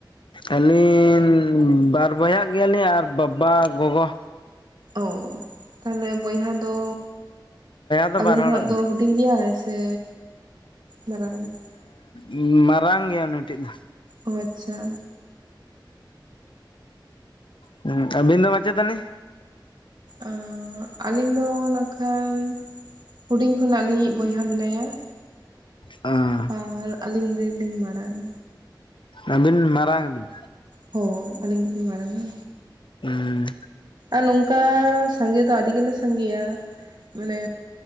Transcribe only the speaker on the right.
ᱚ ᱛᱟᱦᱚᱞᱮ ᱵᱚᱭᱦᱟ ᱫᱚ
ᱟᱹᱵᱤᱱ
ᱠᱷᱚᱱᱟᱜ ᱫᱚ
ᱦᱩᱼᱼ ᱴᱸᱜᱤᱭᱟᱭ ᱥᱮ ᱢᱟᱨᱟᱝ ᱟᱭ᱾
ᱚ ᱟᱪᱪᱷᱟ᱾
ᱚᱸᱻ ᱟᱹᱞᱤᱧ ᱫᱚ ᱱᱟᱠᱷᱟᱱ ᱦᱩᱰᱤᱧ ᱠᱷᱚᱱᱟᱜ ᱞᱤᱧᱤᱡ ᱵᱚᱭᱦᱟ ᱢᱮᱱᱟᱭᱟ᱾
ᱵᱟᱝ ᱟᱨ ᱟᱹᱞᱤᱧ ᱜᱮᱞᱤᱧ ᱵᱟᱲᱟᱭ᱾
ᱦᱳᱭ ᱟᱹᱞᱤᱧ ᱜᱮᱞᱤᱧ ᱵᱟᱲᱟᱭᱟ
ᱟᱨ ᱱᱚᱝᱠᱟ ᱥᱟᱸᱜᱮ ᱫᱚ ᱟᱹᱰᱤ ᱜᱮᱞᱮ ᱥᱟᱸᱜᱮᱭᱟ ᱢᱟᱱᱮ